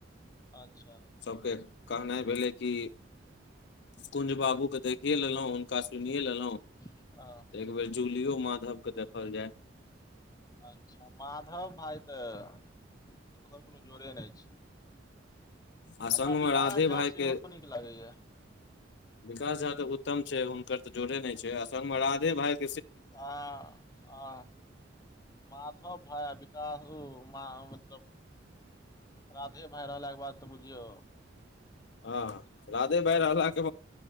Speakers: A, on the left; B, on the left.
A: अच्छा
B: सभके कहनाइ भेलै कि। कुंज बाबूके देखिए लेलहुँ हुनका सुनिए लेलहुँ
A: हैं
B: एकबेर जूलियो माधव के देखल जाय।
A: अच्छा माधव भाइ त ओकर कोनो जोरे नहि अछि
B: आ
A: हमरा
B: संग मे
A: विकास
B: राधे
A: झ
B: भाई
A: सेहो
B: के
A: लागैयै
B: विकास झा तऽ उत्तम छै हुनकर तऽ जोड़े नहि छै सगमे राधे भाय
A: आ आ माधव भइा विकास मतलब। राधे भए रहलाके बाद त बुझियौ
B: हँ राधे भाय रहलला के